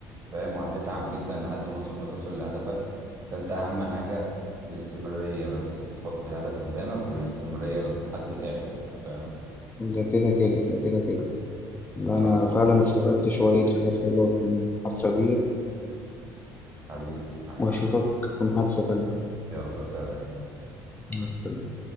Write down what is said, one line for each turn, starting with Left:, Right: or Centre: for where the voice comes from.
Right: فاهم وهتتعب جدا لحد ما وص- ما توصل لهدفك فانت اهم حاجة الاستمرارية بس يعني حط الهدف قدامك والاستمرارية لحد الاخر بقى فاهم
Left: ده كده كده ده كده كده لا
Right: خلص
Left: أنا فعلا استفدت شوية حاجات حلوة في المحادثة دي
Right: حبيبي حبيبي
Left: وأشوفك في محادثة تانية
Right: يلا سلام
Left: بس